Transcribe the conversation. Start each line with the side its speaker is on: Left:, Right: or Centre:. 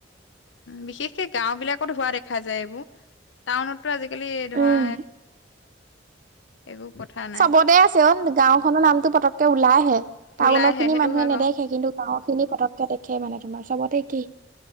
Left: বিশেষকে গাওঁবিলাকত হোৱা দেখা যায় এইবোৰ, টাউনত টো আজিকালি ধৰা
Right: উম
Left: একো কথা নাই
Right: চবতে আছে অহ, গাঁওখনৰ নামটো পতককে ওলাই। আহে টাউনৰ
Left: ওলাই আহে
Right: খিনি
Left: সেইটো
Right: মানুহে
Left: হয়
Right: নেদেখে
Left: বাৰু
Right: কিন্তু, গাঁওৰখিনি পতকে দেখে মানে তোমাৰ চবত। কি,